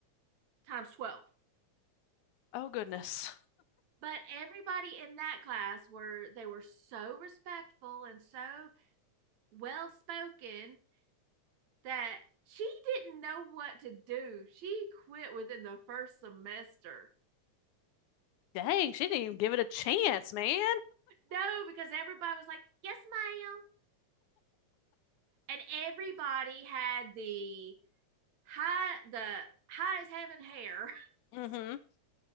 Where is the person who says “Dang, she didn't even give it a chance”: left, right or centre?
Left